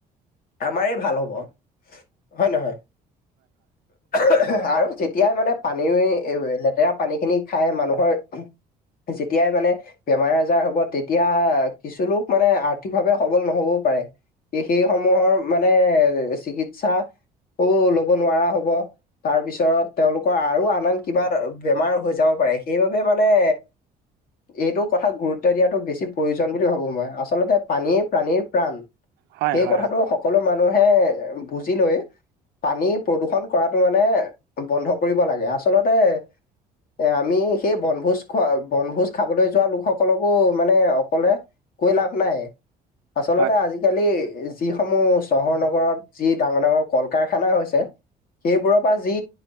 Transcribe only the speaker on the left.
আমাৰে ভাল হ'ব হয় নহয় আৰু যেতিয়াই মানে পানী লেতেৰা পানীখিনি খাই মানুহৰ যেতিয়াই মানে বেমাৰ আজাৰ হ'ব তেতিয়া কিছু লোক মানে আৰ্থিকভাৱে সবল নহবও পাৰে সেই সমূহৰ মানে চিকিৎসাও লব নোৱাৰা হব তাৰ পিছত তেওঁলোকৰ আৰু আন আন কিবা বেমাৰ হৈ যাব পাৰে সেইবাবে মানে এইটো কথাত গুৰুত্ব দিয়াতো বেছি প্ৰয়োজন বুলি ভাবো মই আচলতে পানীয়ে প্ৰাণীৰ প্ৰাণ
সেই
কথাটো সকলো মানুহে বুজি লৈ পানী প্ৰদূষন কৰাটো মানে বন্ধ কৰিব লাগে। আচলতে এ, আমি সেই বনভোজ খোৱা, বনভোজ খাবলৈ যোৱা লোকসকলকো মানে অকলে কৈ লাভ নাই, আচলতে
আজিকালি যিসমূহ চহৰ নগৰত যি ডাঙৰ ডাঙৰ কল কাৰখানা হৈছে সেইবোৰৰ পৰা যি